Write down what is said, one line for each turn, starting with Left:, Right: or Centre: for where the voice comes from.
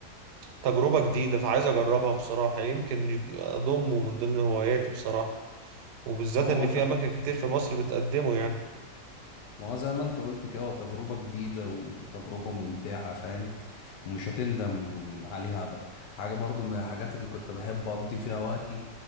Right: تجربة جديدة فعايز أجربها بصراحة يمكن يك- أضمه من ضمن هواياتي بصراحة وبالذات
Left: ما هو
Right: ان
Left: ت...
Right: في اماكن كتير في مصر بتقدمه يعني
Left: ما هو زي ما انت قلت كده هو تجربة جديدة وتجربة ممتعة فاهم ومش هتندم عليها ابدا حاجة برضو من الحاجات اللي كنت بحب اقضي فيها وقتي